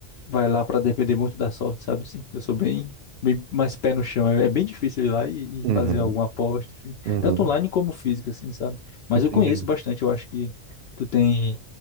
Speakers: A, on the left; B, on the right.
A: vai lá pra depender muito da sorte, sabe assim? Eu sou bem, bem mais pé no chão. É, é bem difícil ir lá e, e
B: Uhum,
A: fazer alguma aposta, enfim.
B: uhum,
A: Tanto online como física, assim, sabe? Mas
B: entendi.
A: eu conheço bastante, eu acho que tu tem.